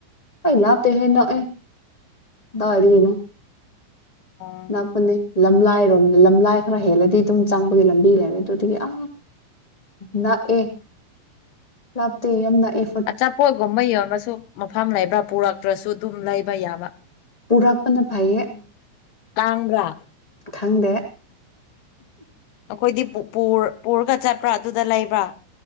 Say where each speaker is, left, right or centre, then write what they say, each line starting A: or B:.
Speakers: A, on the left (about 15°); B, on the left (about 85°).
A: ꯍꯣꯏ ꯂꯥꯞꯇꯦ ꯍꯦ ꯅꯣꯛꯑꯦ ꯑꯗꯨꯗꯥꯏꯔꯤꯒꯤꯅꯣ
B: ꯑꯣ
A: ꯉꯥꯛꯄꯅꯦ ꯂꯝꯂꯥꯏꯔꯣꯝ ꯂꯝꯂꯥꯏ ꯈꯔ ꯍꯦꯜꯂꯗꯤ ꯑꯗꯨꯝ ꯆꯪꯕꯒꯤ ꯂꯝꯕꯤ ꯂꯩꯔꯦ ꯑꯗꯨꯗꯒꯤ ꯑ ꯅꯥ ꯑꯦ ꯂꯥꯛꯇ ꯌꯥꯝꯅ ꯑꯦ
B: ꯑꯆꯥꯄꯣꯠꯒꯨꯝꯕ ꯌꯦꯡꯒꯁꯨ ꯃꯐꯝ ꯂꯩꯕ꯭ꯔꯥ ꯄꯨꯔꯛꯇ꯭ꯔꯁꯨ ꯑꯗꯨꯝ ꯂꯩꯕ ꯌꯥꯕ
A: ꯄꯨꯔꯛꯄꯅ ꯐꯩꯌꯦ
B: ꯀꯥꯡꯕ꯭ꯔꯥ
A: ꯈꯪꯗꯦ
B: ꯑꯩꯈꯣꯏꯗꯤ ꯄꯨꯄꯨꯔ ꯄꯨꯔꯒ ꯆꯠꯄ꯭ꯔꯥ ꯑꯗꯨꯗ ꯂꯩꯕ꯭ꯔꯥ